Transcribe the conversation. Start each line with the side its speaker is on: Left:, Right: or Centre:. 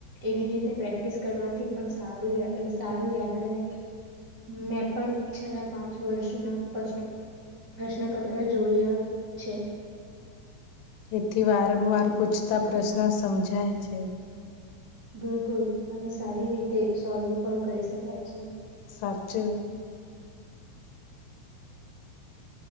Right: એવી રીતે પ્રેક્ટિસ કરવાથી પણ સારું સારું યાદ રહે મેં પણ છેલ્લા પાંચ વર્ષ ના પ્રશ્નો પ્રશ્નપત્ર જોયા છે
Left: એથી વારંવાર પૂછતા પ્રશ્નો સમજાય છે
Right: બિલકુલ અને સારી રીતે સોલ્વ પણ કરી શકાય છે
Left: સાચે